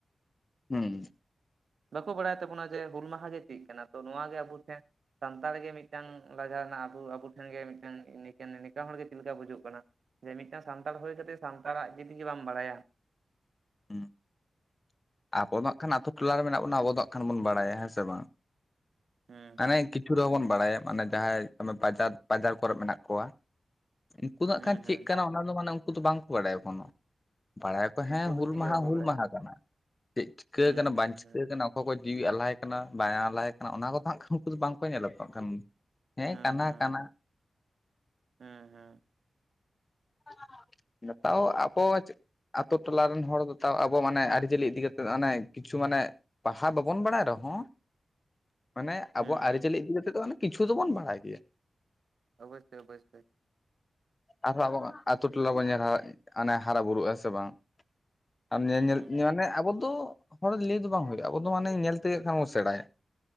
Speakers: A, on the left; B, on the right.
A: ᱦᱩᱸ
B: ᱵᱟᱠᱚ ᱵᱟᱲᱟᱭ ᱛᱟᱵᱚᱱᱟ ᱡᱮ ᱦᱩᱞ ᱢᱟᱦᱟ ᱜᱮ ᱪᱮᱫ ᱠᱟᱱᱟ ᱛᱚ ᱱᱚᱣᱟᱜᱮ ᱟᱵᱚ ᱴᱷᱮᱱ ᱥᱟᱱᱛᱟᱲ ᱜᱮ ᱢᱤᱫᱴᱟᱝ ᱞᱟᱡᱟ ᱨᱮᱱᱟᱜ ᱟᱵᱚ ᱟᱵᱚ ᱴᱷᱮᱱ ᱜᱮ ᱢᱤᱫᱴᱟᱱ ᱱᱤᱝᱠᱟᱹᱱ ᱱᱤᱝᱠᱟᱹᱱ ᱦᱚᱲᱜᱮ ᱪᱮᱫ ᱞᱮᱠᱟ ᱵᱩᱡᱩᱜ ᱠᱟᱱᱟ ᱡᱮ ᱢᱤᱫᱴᱟᱝ ᱥᱟᱱᱛᱟᱲ ᱦᱩᱭ ᱠᱟᱛᱮᱫ ᱥᱟᱱᱛᱟᱲᱟᱜ ᱪᱤᱫ ᱜᱮ ᱵᱟᱢ ᱵᱟᱲᱟᱭᱟ
A: ᱦᱩᱸ ᱟᱵᱚ ᱫᱚ ᱦᱟᱸᱜ ᱠᱷᱟᱱ ᱟᱛᱩ ᱴᱚᱞᱟ ᱨᱮ ᱢᱮᱱᱟᱜ ᱵᱚᱱᱟ ᱟᱵᱚ ᱫᱚ ᱦᱟᱸᱜ ᱠᱷᱟᱱ ᱵᱚᱱ ᱵᱟᱲᱟᱭᱟ ᱦᱮᱸ ᱥᱮ ᱵᱟᱝ
B: ᱦᱩᱸ
A: ᱢᱟᱱᱮ
B: ᱦᱩᱸ
A: ᱠᱤ ᱠᱤᱪᱷᱩ ᱫᱚ ᱵᱚᱱ ᱵᱟᱲᱟᱭᱟ ᱢᱟᱱᱮ ᱡᱟᱦᱟᱸᱭ ᱫᱚᱢᱮ ᱵᱟᱡᱟᱨ ᱵᱟᱡᱟᱨ ᱠᱚᱨᱮ ᱢᱮᱱᱟᱜ ᱠᱚᱣᱟ ᱩᱱᱠᱩ ᱫᱚ ᱦᱟᱸᱜ
B: ᱦᱩᱸ
A: ᱠᱷᱟᱱ ᱪᱮᱫ
B: ᱦᱩᱸ
A: ᱠᱟᱱᱟ
B: ᱦᱩᱸ
A: ᱚᱱᱟ ᱫᱚ ᱢᱟᱱᱮ ᱩᱱᱠᱩ ᱫᱚ ᱵᱟᱝᱠᱚ ᱵᱟᱲᱟᱭᱟ ᱠᱳᱱᱳ ᱵᱟᱲᱟᱭᱟᱠᱚ ᱦᱮᱸ
B: ᱩᱱᱠᱩ
A: ᱦᱩᱞ
B: ᱫᱚ ᱪᱮᱫ
A: ᱢᱟᱦᱟ
B: ᱜᱮ ᱵᱟᱠᱚ
A: ᱦᱩᱞ
B: ᱵᱟᱲᱟᱭᱟ
A: ᱢᱟᱦᱟ ᱠᱟᱱᱟ ᱪᱮᱫ ᱪᱤᱠᱟᱹ
B: ᱦᱩᱸ
A: ᱠᱟᱱᱟ
B: ᱦᱩᱸ
A: ᱵᱟᱝ ᱪᱤᱠᱟᱹ
B: ᱦᱩᱸ
A: ᱠᱟᱱᱟ ᱠᱟᱱᱟ ᱚᱠᱚᱭ ᱠᱚ ᱡᱤᱣᱤ ᱟᱞᱟᱭ ᱠᱟᱱᱟ ᱵᱟᱭ ᱟᱞᱟᱭ ᱠᱟᱱᱟ ᱚᱱᱟ ᱠᱚᱫᱚ ᱦᱟᱸᱜ ᱠᱷᱟᱱ ᱩᱱᱠᱩ ᱫᱚ ᱵᱟᱝ ᱠᱚ ᱧᱮᱞᱟ ᱛᱚ ᱠᱷᱟᱱ
B: ᱦᱮᱸ
A: ᱠᱟᱱᱟ
B: ᱦᱮᱸ
A: ᱠᱟᱱᱟ
B: ᱦᱮᱸ ᱦᱮᱸ ᱦᱮᱸ
A: <inaudible> ᱱᱮᱛᱟᱣ ᱟᱵᱚ ᱟᱛᱳ ᱴᱚᱞᱟ ᱨᱮᱱ ᱦᱚᱲ ᱫᱚ ᱛᱟᱣ ᱟᱵᱚ ᱢᱟᱱᱮ ᱟᱹᱨᱤᱪᱟᱹᱞᱤ ᱤᱫᱤ ᱠᱟᱛᱮ ᱚᱱᱮ ᱠᱤᱪᱷᱩ ᱢᱟᱱᱮ ᱯᱟᱲᱦᱟᱣ ᱵᱟᱵᱚᱱ ᱵᱟᱲᱟᱭ ᱨᱮᱦᱚᱸ ᱢᱟᱱᱮ ᱟᱵᱚᱣᱟᱜ
B: ᱦᱩᱸ
A: ᱟᱹᱨᱤᱪᱟᱹᱞᱤ
B: ᱦᱩᱸ ᱦᱩᱸ
A: ᱤᱫᱤ ᱠᱟᱛᱮᱜ ᱫᱚ ᱠᱤᱪᱷᱩ ᱫᱚᱵᱚᱱ ᱵᱟᱲᱟᱭ ᱜᱮᱭᱟ
B: ᱚᱵᱚᱥᱥᱳᱭ ᱚᱵᱚᱥᱥᱳᱭ
A: ᱟᱨᱦᱚᱸ ᱟᱵᱚ ᱟᱛᱳ ᱴᱚᱞᱟ ᱵᱚᱱ ᱧᱮᱞ ᱦᱟᱨᱟ ᱦᱟᱱᱮ ᱦᱟᱨᱟ ᱵᱩᱨᱩᱜ-ᱟ ᱥᱮ ᱵᱟᱝ ᱟᱨ
B: ᱦᱩᱸ
A: ᱧᱮᱞ
B: ᱦᱩᱸ
A: ᱧᱮᱞ ᱢᱟᱱᱮ ᱟᱵᱚ ᱫᱚ ᱦᱚᱲ ᱞᱟᱹᱭ ᱫᱚ ᱵᱟᱝ ᱦᱤᱭᱳᱜᱼᱟ ᱟᱵᱚ ᱫᱚ ᱢᱟᱱᱮ ᱧᱮᱞ ᱛᱮ ᱜᱮ ᱠᱷᱟᱱ ᱵᱚᱱ ᱥᱮᱸᱬᱟᱭᱟ